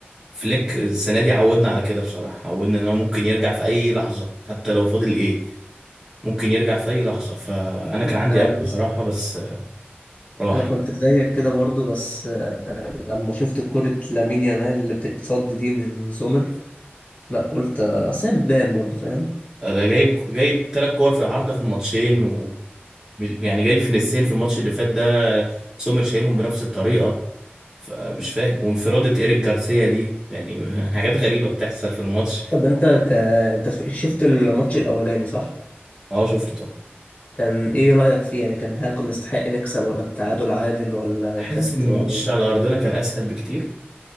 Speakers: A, on the right; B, on the left.
A: فليك السنه دي عودنا على كده بصراحه عودنا ان هو ممكن يرجع في اي لحظه حتى لو فاضل ايه ممكن يرجع في اي لحظه فانا كان عندي
B: ده
A: امل
B: بص
A: بصراحه بس راح
B: أنا كنت
A: يعني
B: زيك كده برضو بس آه، لما شفت كرة لامين يامال اللي بتتصد دي من سومر لا قلت آه، أصل هي بتبان برضو فاهم
A: ده جايب جايب ثلاث كور في العارضه في الماتشين و يعني جايب في نسين في الماتش اللي فات ده سومر شايلهم بنفس الطريقه فمش فاهم وانفرادة ايريك جارسيا دي يعني <laughs> حاجات غريبه بتحصل في الماتش
B: طب أنت ك... أنت شفت الماتش الأولاني صح؟
A: اه شفته طبعا
B: كان ايه رأيك فيه يعني كان هل كنا نستحق نكسب ولا التعادل عادل ولا
A: حاسس
B: كانت
A: ان
B: يعني
A: الماتش على ارضنا كان اسهل بكتير